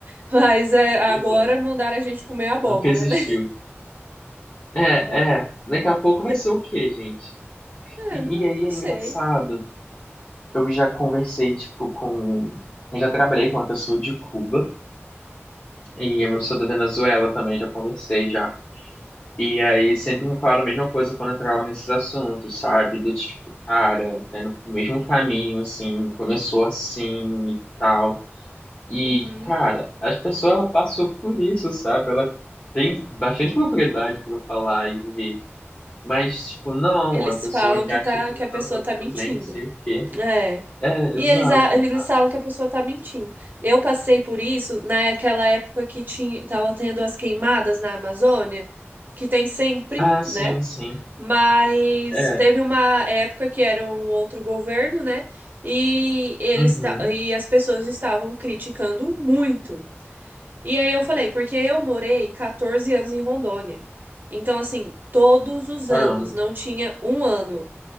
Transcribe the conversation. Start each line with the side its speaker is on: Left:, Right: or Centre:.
Right: <laughs> Mas é, agora
Left: pois é.
Right: mandaram a gente comer abóbora,
Left: Nunca existiu.
Right: né?
Left: É, é. Daqui a pouco vai
Right: <laughs>
Left: ser o quê, gente?
Right: É,
Left: E,
Right: não,
Left: e aí
Right: não
Left: é
Right: sei.
Left: engraçado. Eu já conversei, tipo, com. Eu já trabalhei com uma pessoa de Cuba. E
Right: Hum,
Left: eu sou da Venezuela também, já conversei já. E aí sempre me falaram a mesma coisa quando eu entrava nesses assuntos, sabe? Do tipo, cara, é no mesmo caminho, assim, começou assim e tal. E,
Right: uhum.
Left: cara, as pessoas, ela passou por isso, sabe? Ela tem bastante propriedade para falar e ver. Mas, tipo, não,
Right: Eles
Left: a pessoa
Right: falam
Left: que
Right: que,
Left: acha
Right: tá,
Left: que
Right: que a pessoa
Left: não, tá
Right: tá mentindo.
Left: tudo bem, não sei o quê.
Right: É.
Left: É,
Right: E
Left: exato.
Right: eles, a- eles falam que a pessoa tá mentindo. Eu passei por isso naquela época que tinha, tava tendo as queimadas na Amazônia, que tem sempre,
Left: Ah, sim,
Right: né?
Left: sim.
Right: Mas
Left: É,
Right: teve uma época que era um outro governo, né? E eles
Left: uhum,
Right: ta- e as pessoas estavam criticando muito. E aí eu falei, porque eu morei 14 anos em Rondônia. Então, assim, todos os
Left: caramba.
Right: anos, não tinha um ano